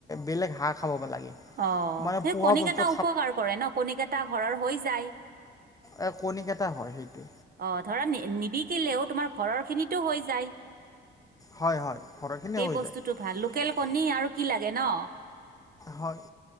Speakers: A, on the left; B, on the right.
A: বেলেগ হাঁহ খাব লাগে।
B: অ'
A: মানে
B: সেই
A: পোহা
B: কণী
A: বস্তু
B: এটা উপকাৰ কৰে ন কণীক এটা ঘৰৰ হৈ যায়
A: এ কণী কেইটা হয় সেইটোৱে।
B: অ' ধৰা নিবিকিলেও তোমাৰ ঘৰৰ খিনিতো হৈ যায়।
A: হয়-হয় ঘৰৰখিনি
B: সেই
A: হৈ
B: বস্তুটো
A: যায়।
B: ভাল লোকেল কণী আৰু কি লাগে ন,
A: হয়,